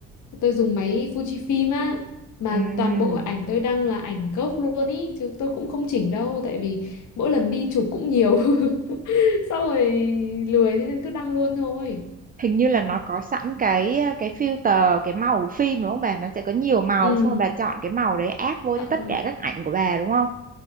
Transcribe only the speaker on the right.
Ừm,
hình như là nó có sẵn cái ờ, cái filter, cái màu phim đúng không bà? Nó sẽ có nhiều màu
xong rồi bà chọn cái màu đấy áp vô
cho tất cả các ảnh của bà đúng không?